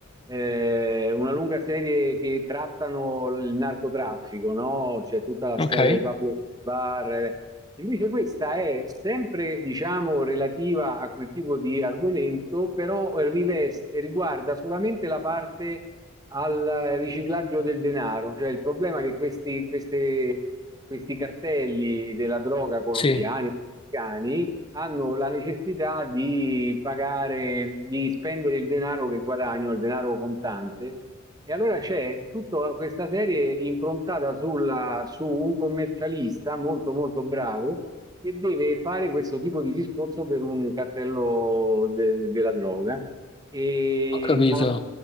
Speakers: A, on the right (about 20°); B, on the left (about 25°).
A: eh, una lunga serie che trattano il narcotraffico, no? C'è tutta la storia
B: Ok?
A: di Pablo Escobar. eh. Invece questa è sempre, diciamo, relativa a quel tipo di argomento, però eh, riveste, riguarda solamente la parte al riciclaggio del denaro, cioè il problema è che questi, queste- questi cartelli della droga colombiani
B: Sì,
A: o messicani hanno la necessità di pagare, di spendere il denaro che guadagnano, il denaro contante. E allora c'è tutta questa serie improntata sulla- su un commercialista molto molto bravo che deve fare questo tipo di discorso per un cartello de- della droga. E,
B: ho capito.
A: ma